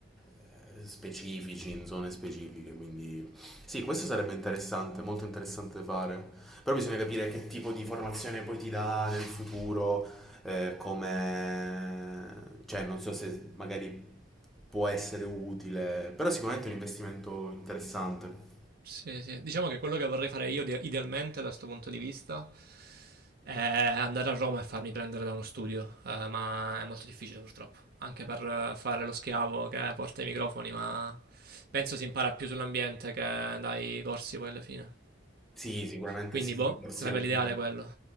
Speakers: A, in the centre; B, on the right.
A: eh, specifici, in zone specifiche, quindi sì, questo sarebbe interessante, molto interessante fare, però bisogna capire che tipo di formazione poi ti dà nel futuro, eh, come, cioè non so se magari può essere utile, però sicuramente è un investimento interessante.
B: sì, sì. Diciamo che quello che vorrei fare io di- idealmente da questo punto di vista Eh, andare a Roma e farmi prendere da uno studio, eh, ma è molto difficile purtroppo, anche per eh, fare lo schiavo che porta i microfoni, ma penso si impara più sull'ambiente che dai corsi poi alla fine.
A: Sì, sicuramente
B: Quindi,
A: sì,
B: boh,
A: i corsi
B: sarebbe
A: alla
B: l'ideale
A: fine.
B: quello.